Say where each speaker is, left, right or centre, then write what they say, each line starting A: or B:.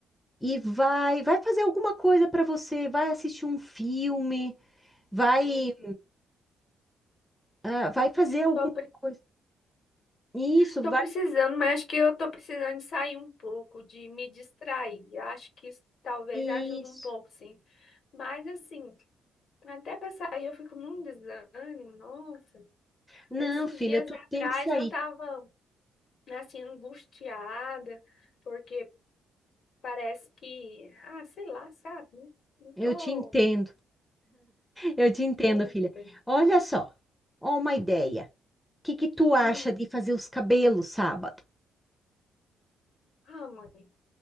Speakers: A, in the centre; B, on the left.
A: e vai, vai fazer alguma coisa para você, vai assistir um filme, vai,
B: uhum.
A: ah, vai fazer alguma
B: Tô
A: coisa. Isso,
B: Tô
A: vai,
B: precisando, mas acho que eu tô precisando de sair um pouco, de me distrair. Acho que isso talvez
A: isso.
B: ajude um pouco, sim. Mas assim, até pra sair eu fico num desânimo, nossa.
A: Não,
B: Esses
A: filha,
B: dias
A: tu
B: atrás
A: tem que sair.
B: eu tava assim angustiada, porque parece que, ah, sei lá, sabe? Não não tô,
A: Eu te entendo. Eu te entendo,
B: não tô muito
A: filha.
B: bem.
A: Olha só, ó uma ideia. O que que tu acha
B: Hum,
A: de fazer os cabelos sábado?
B: ah, mãe.